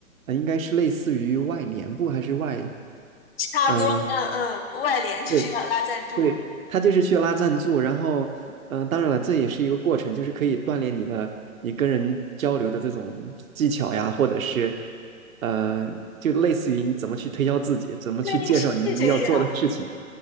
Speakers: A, on the right (about 70°); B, on the left (about 45°).
A: 呃应该是类似于外联部还是外，
B: 差不多，
A: 呃，
B: 嗯嗯，外联就是要拉赞助，
A: 对。对，他就是去拉赞助，然后，嗯，当然了，这也是一个过程，就是可以锻炼你的你跟人交流的这种技巧呀，或者是，呃，就类似于你怎么去推销自己，怎么去介绍你们要做的事情。
B: 对，是这样。